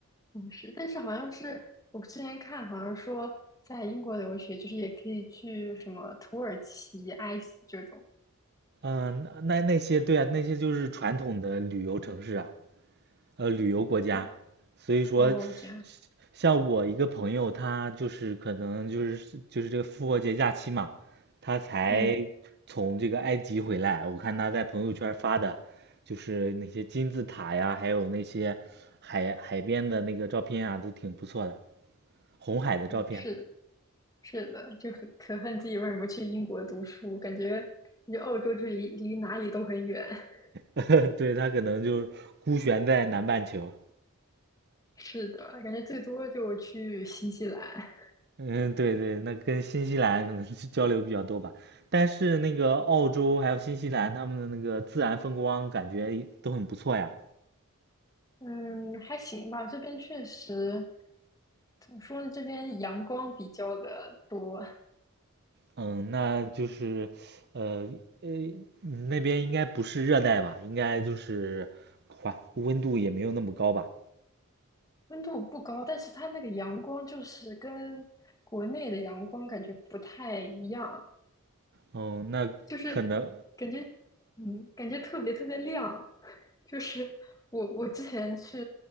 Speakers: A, on the left; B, on the right.
A: 嗯，是，但是好像是我之前看，好像说在英国留学就是也可以去什么土耳其、埃及这种。
B: 嗯，那那那些对啊，那些就是传统的旅游城市啊，呃，旅游国家，
A: 嗯，
B: 所以说，
A: 哦，这样，
B: 像我一个朋友，他就是可能就是就是这个复活节假期嘛，他才
A: 嗯，
B: 从这个埃及回来。我看他在朋友圈发的，就是那些金字塔呀，还有那些海海边的那个照片啊，都挺不错的，红海的照片。
A: 是的，是的，就很可恨自己为什么不去英国读书，感觉感觉欧洲就离离哪里都很远。<laughs>
B: <laughs> 对，他可能就是孤悬在南半球。
A: 是的，感觉最多就去新西兰。
B: 嗯，对对，那跟新西兰可能是交流比较多吧。但是那个澳洲还有新西兰，他们的那个自然风光感觉都很不错呀。
A: 嗯，还行吧，这边确实，怎么说呢？这边阳光比较的多，
B: 嗯，那就是，呃呃，那边应该不是热带吧？应该就是环温度也没有那么高吧？
A: 温度不高，但是它那个阳光就是跟国内的阳光感觉不太一样，
B: 嗯，那可能
A: 就是感觉，嗯，感觉特别特别亮。<laughs> 就是我我之前去，